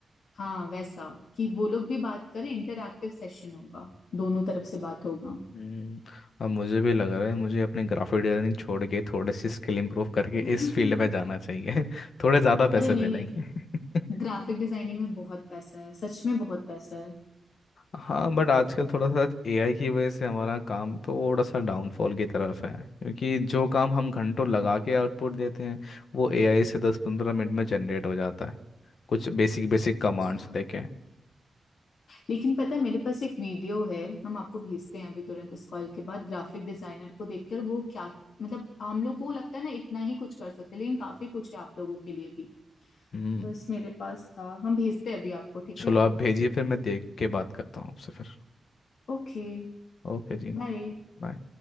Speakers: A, on the left; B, on the left.
A: हाँ वैसा कि वो लोग भी बात करें इंटरैक्टिव सेशन होगा दोनों तरफ से बात होगा
B: हम्म अब मुझे भी लग रहा है मुझे अपने ग्राफिक डिजाइनिंग छोड़ के थोड़ी सी स्किल इंप्रूव करके
A: <laughs>
B: इस फील्ड में जाना चाहिए <laughs> थोड़े ज़्यादा पैसे
A: अरे नहीं
B: मिलेंगे
A: हम्म, नहीं
B: <laughs>
A: ग्राफिक डिजाइनिंग में बहुत पैसा है सच में बहुत पैसा है
B: हाँ बट आजकल थोड़ा सा एआई की वजह से हमारा काम थोड़ा सा डाउनफॉल की तरफ है क्योंकि जो काम हम घंटों लगा के आउटपुट देते हैं वो एआई से दस पंद्रह मिनट में जनरेट हो जाता है कुछ बेसिक बेसिक कमांड्स
A: अच्छा
B: देके
A: लेकिन पता है मेरे पास एक वीडियो है हम आपको भेजते हैं अभी तुरंत इस कॉल के बाद ग्राफिक डिजाइनर को देखकर वो क्या मतलब हम लोग को लगता है ना इतना ही कुछ कर सकते हैं लेकिन काफी कुछ है आप लोगों के लिए भी
B: हम्म
A: बस मेरे पास था हम भेजते हैं अभी आपको ठीक
B: चलो
A: है
B: आप भेजिए फिर मैं देख के बात करता हूँ आपसे फिर
A: ओके
B: ओके जी
A: बाय
B: बाय